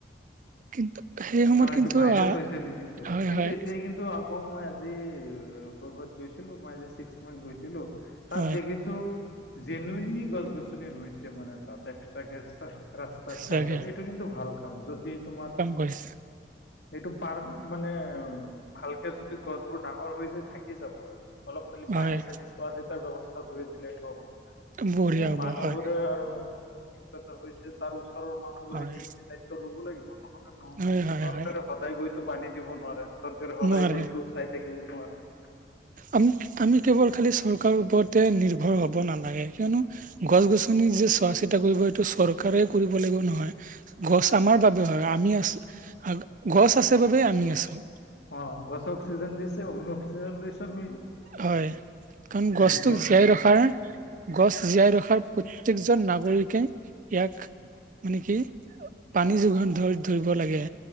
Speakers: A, on the right; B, on the left.
A: কিন্তু সেই সময়ত
B: অ',
A: কিন্তু
B: এইটো ভাইৰেল
A: আহ
B: হৈছিলে কিন্তু,
A: হয়
B: কিন্তু
A: হয়
B: এতিয়া কিন্তু আ কৌ মই আজি, কৰ'বাত গৈছিলোঁ মই আজি ছিক্সমাইল গৈছিলোঁ। তাত
A: হয়
B: দেখিছোঁ, জেনুউনলি গছ গছনি ৰুইছে মানে তাত এক্সট্ৰা কে ৰাস্তাৰ চাইডত,
A: চাগে
B: এইটো কিন্তু ভাল কাম যদি তোমাৰ
A: গছ।
B: সেইটো পাৰ, মানে ভালকে যদি গছবোৰ ডাঙৰ হৈ যায় থাকি যাব আৰু। অলপ খালি
A: হয়
B: পানী চানি চোৱা-চিতাৰ ব্যৱস্থা কৰি দিলেইটো হ'ব।
A: বঢ়িয়া
B: সেইটোৱে
A: হ'ব
B: মানুহবোৰে
A: হয়
B: আৰু। <unintelligible> হৈছে তাৰ ওচৰৰ মানুহবোৰে
A: হয়
B: সেইখিনি দায়িত্ব ল'ব লাগিব নহ'লে নহ'ব
A: হয়
B: নহয়,
A: হয়
B: চৰকাৰে
A: হয়
B: সদায় গৈতো পানী দিব নোৱাৰে, চৰকাৰে সদায়
A: নোৱাৰে
B: গৈতো চাই থাকিব নোৱাৰে।
A: আমি-আমি কেৱল খালি চৰকাৰৰ ওপৰতে নিৰ্ভৰ হ'ব নালাগে, কিয়নো গছ গছনি যে চোৱা-চিতা কৰিব, সেইটো চৰকাৰে কৰিব লাগিব বুলি নহয়। গছ আমাৰ বাবে হয় আমি আছোঁ, আ গছ আছে বাবেই আমি আছোঁ।
B: অ', গছে অক্সিজেন দিছে অন্য অক্সিজেন লৈছোঁ আমি।
A: হয়, কাৰণ গছটোক
B: জীৱন
A: জীয়াই ৰখাৰ গছ জীয়াই ৰখাৰ প্ৰত্যেকজন নাগৰিকে, ইয়াক, মানে কি পানী যোগান ধৰি ধৰিব লাগে।